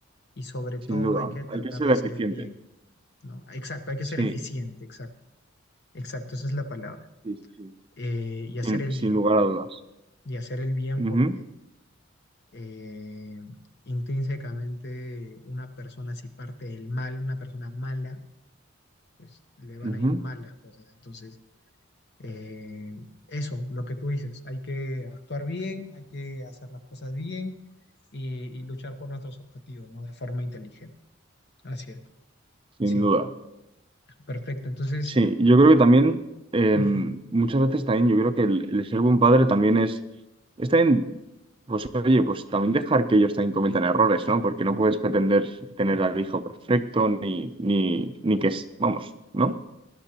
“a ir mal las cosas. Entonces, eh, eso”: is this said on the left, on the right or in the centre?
Left